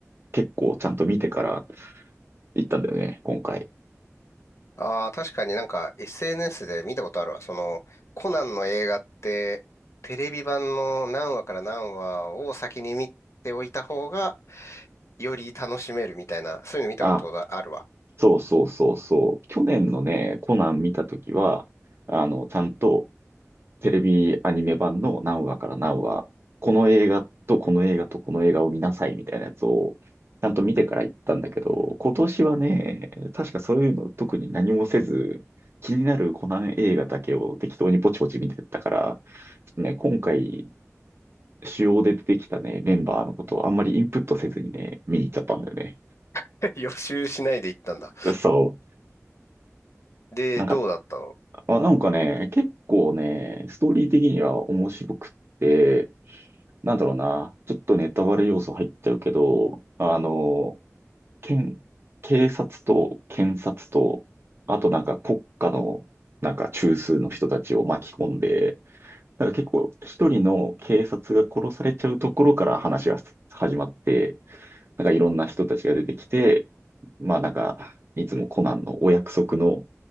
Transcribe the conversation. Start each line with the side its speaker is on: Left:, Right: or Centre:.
Right: 結構ちゃんと見てから行ったんだよね、今回。
Left: ああ、確かになんか SNS で見たことあるわ。その、コナンの映画って、テレビ版の何話から何話を先に見ておいた方が、より楽しめるみたいな、そういうの見たことがあるわ。
Right: あ、そうそうそうそう。去年のね、コナン見たときは、あの、ちゃんと、テレビアニメ版の何話から何話、この映画とこの映画とこの映画を見なさいみたいなやつを、ちゃんと見てから行ったんだけど、今年はね、確かそういうの特に何もせず、気になるコナン映画だけを適当にポチポチ見てったから、ちょっとね、今回、主要で出てきたね、メンバーのことをあんまりインプットせずにね、見に行っちゃったんだよ
Left: <laughs> 予習しないで行ったんだ。
Right: ね。そう。
Left: で、
Right: なんか、
Left: どうだったの
Right: あ、なんかね、結構ね、ストーリー的には面白くって、なんだろうな、ちょっとネタバレ要素入っちゃうけど、あの、検、警察と検察と、あとなんか国家のなんか中枢の人たちを巻き込んで、なんか結構一人の警察が殺されちゃうところから話が始まって、なんかいろんな人たちが出てきて、まあなんか、いつもコナンのお約束の、